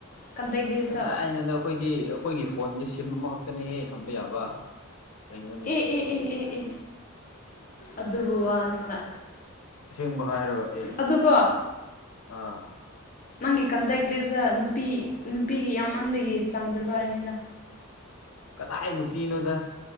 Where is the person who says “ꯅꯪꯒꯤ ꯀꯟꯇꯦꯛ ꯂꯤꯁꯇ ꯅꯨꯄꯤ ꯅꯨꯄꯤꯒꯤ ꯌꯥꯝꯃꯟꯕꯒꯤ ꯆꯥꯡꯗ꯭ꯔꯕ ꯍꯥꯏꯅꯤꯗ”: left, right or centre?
Left